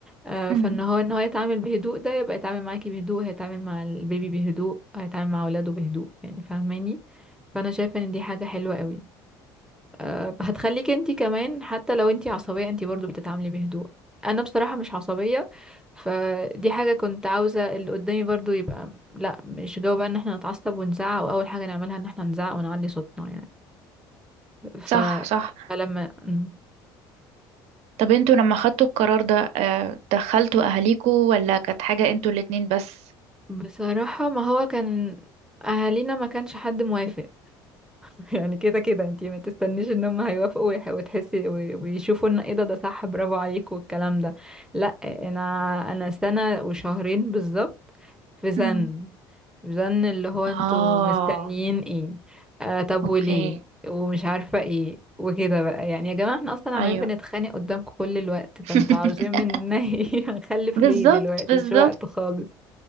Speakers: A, in the centre; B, on the right.
A: آه
B: امم
A: فان هو ان هو يتعامل بهدوء ده يبقى يتعامل معاكي بهدوء هيتعامل مع البيبي بهدوء هيتعامل مع اولاده بهدوء يعني فاهماني فانا شايفه ان دي حاجه حلوه قوي آه، هتخليك انتي كمان حتى لو انتي عصبية انتي برضو بتتعاملي بهدوء انا بصراحة مش عصبية فدي حاجة كنت عاوزة اللي قدامي برضو يبقى لا مش جو بقى ان احنا نتعصب ونزعق واول حاجة نعملها ان احنا نزعق ونعلي صوتنا يعني ف...
B: صح صح
A: فلما مم.
B: طب انتوا لما خدتوا القرار ده آه، دخلتوا اهاليكوا ولا كانت حاجة انتوا الاتنين بس
A: بصراحة ما هو كان اهالينا ما كانش حد موافق <laughs> يعني كده كده انتي ما تستنيش ان هم هيوافقوا ويح- وتحسي وي- ويشوفوا ان ايه ده ده صح برافو عليك والكلام ده لا انا انا سنة وشهرين بالظبط في زن
B: امم
A: في زن اللي هو انتوا
B: اه
A: مستنيين ايه آه طب
B: اوكي
A: وليه ومش عارفة ايه وكده بقى يعني يا جماعة احنا اصلا عمالين
B: ايوه
A: بنتخانق قدامكم كل الوقت فانتوا
B: <laughs>
A: عاوزين مننا <laughs> ايه هنخلف
B: بالظبط
A: ليه دلوقتي
B: بالظبط
A: مش وقت خالص